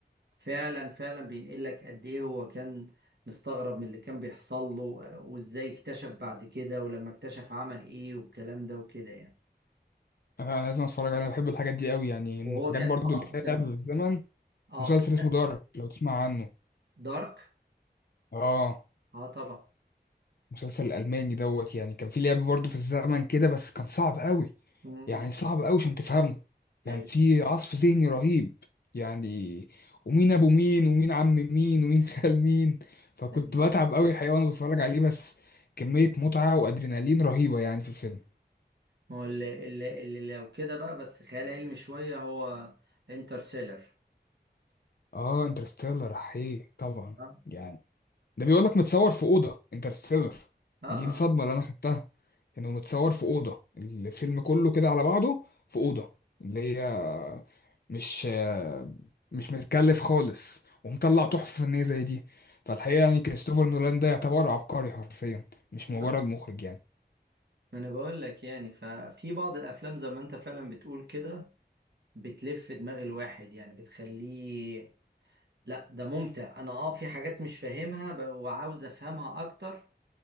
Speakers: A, on the right (about 80°); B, on the left (about 65°).
A: فعلا فعلا بينقل لك قد ايه هو كان مستغرب من اللي كان بيحصل له وازاي اكتشف بعد كده ولما اكتشف عمل ايه والكلام ده وكده يعني
B: انا لازم اتفرج عليه، انا بحب الحاجات دي قوي يعني
A: وهو
B: الحاجات
A: كان
B: برضو
A: اه
B: اللي فيها لعب
A: كان
B: في الزمن
A: اه
B: مسلسل اسمه دارك لو تسمع عنه
A: دارك
B: اه
A: اه طبعا
B: المسلسل الألماني دوت يعني كان في لعب برضه في الزمن كده بس كان صعب قوي
A: امم
B: يعني صعب قوي عشان تفهمه
A: ايوه
B: كان في عصف ذهني رهيب يعني ومين أبو مين ومين عم مين ومين <laughs> خال مين فكنت
A: ايوه
B: بتعب قوي الحقيقة وأنا بتفرج عليه بس كمية متعة وأدرينالين رهيبة يعني في الفيلم
A: ما هو اللي, اللي, اللي لو كده بقى بس خيال علمي شويه هو انترستيلر
B: آه انترستيلر أحيه طبعا
A: اه
B: يعني ده بيقول لك متصور في أوضة انترستيلر
A: اه
B: دي الصدمة اللي أنا خدتها كانوا متصور في أوضة الفيلم كله كده على بعضه في أوضة اللي هي مش مش متكلف خالص ومطلع تحفة فنية زي دي فالحقيقة يعني كريستوفر نولان ده يعتبر عبقري حرفيا مش
A: آه.
B: مجرد مخرج يعني
A: ما انا بقول لك يعني ففي بعض الافلام زي ما انت فعلا بتقول كده بتلف دماغ الواحد يعني بتخليه لا ده ممتع انا اه في حاجات مش فاهمها ب- وعاوز افهمها اكتر